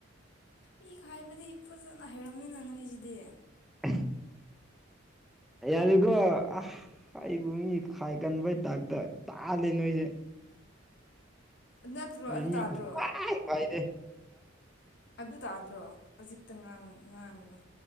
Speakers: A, on the left; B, in the centre.
A: ꯃꯤ ꯈꯥꯏꯕꯗꯤ ꯐꯖꯅ ꯍꯩꯔꯝꯃꯤꯅ ꯅꯣꯏꯖꯤꯗꯤ
B: ꯑꯩ ꯌꯥꯔꯤꯒꯣ ꯑꯥ ꯑꯩꯕꯨ ꯃꯤ ꯈꯥꯏꯒꯟꯕꯩ ꯇꯥꯏꯞꯇ ꯇꯥꯜꯂꯦ ꯅꯣꯏꯖꯦ
A: ꯅꯠꯇ꯭ꯔꯣ
B: ꯑꯩ
A: ꯑꯗꯨ
B: ꯃꯤꯕꯨ
A: ꯇꯥꯗ꯭ꯔꯣ
B: ꯁꯨꯡꯈꯥꯏ ꯈꯥꯏꯗꯦ
A: ꯑꯗꯨ ꯇꯥꯗ꯭ꯔꯣ ꯍꯧꯖꯤꯛꯇꯥꯡ ꯉꯥꯡꯒ